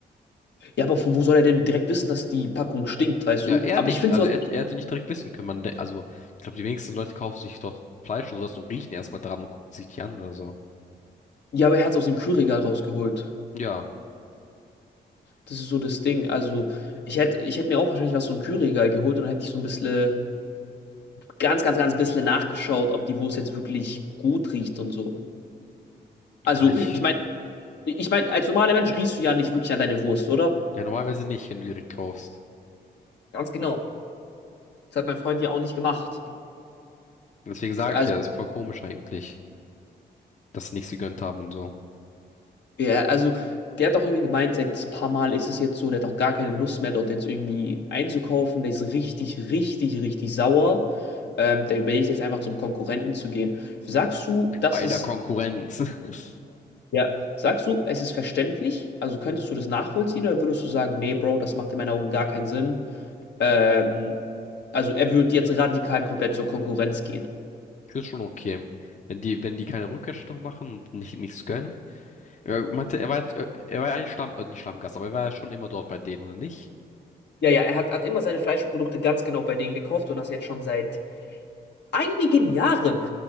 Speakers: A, on the left; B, on the left.
A: Ja, aber von wo soll er denn direkt wissen, dass die Packung stinkt, weißt
B: Ja,
A: du?
B: er
A: Aber
B: nicht.
A: ich finde
B: Also
A: sowas,
B: er, hätte- er hätte nicht direkt wissen können. Man, de- also, ich glaube, die wenigsten Leute kaufen sich dort Fleisch und sowas und riechen erstmal dran und gucken sich die an oder so.
A: ja, aber er hat es aus dem Kühlregal rausgeholt.
B: Ja.
A: Das ist so das Ding. Also, ich hätte ich hätt mir auch wahrscheinlich was so ein Kühlregal geholt und dann hätte ich so ein bisschen, ganz, ganz, ganz bisschen nachgeschaut, ob die Wurst jetzt wirklich gut riecht und so.
B: Ja,
A: Also,
B: ich.
A: ich meine, ich meine, als normaler Mensch riechst du ja nicht wirklich an deine Wurst, oder?
B: Ja, normalerweise nicht, wenn du direkt kaufst.
A: Ganz genau. Das hat mein Freund ja auch nicht gemacht.
B: Deswegen sage
A: Also,
B: ich ja, ist voll komisch eigentlich, dass sie nichts gegönnt haben und so.
A: Ja, also der hat auch irgendwie gemeint, seit ein paar Mal ist es jetzt so, der hat auch gar keine Lust mehr, dort jetzt irgendwie einzukaufen. Der ist richtig, richtig, richtig sauer. Ähm, der überlegt jetzt einfach zum Konkurrenten zu gehen. Sagst du, das
B: Bei
A: ist,
B: der Konkurrenz. <laughs>
A: ja, sagst du, es ist verständlich? Also könntest du das nachvollziehen oder würdest du sagen, nee, Bro, das macht in meinen Augen gar keinen Sinn? Ähm, also er würde jetzt radikal komplett zur Konkurrenz gehen.
B: Ich finde schon okay. Wenn die, wenn die keine Rückerstattung machen und nicht, nichts gönnen. Er meinte, er war, jetzt- äh, er war ja eigentlich Stamm, äh, nicht Stammgast, aber er war ja schon immer dort bei denen, oder nicht?
A: Ja, ja, er hat, hat immer seine Fleischprodukte ganz genau bei denen gekauft und das jetzt schon seit einigen Jahren,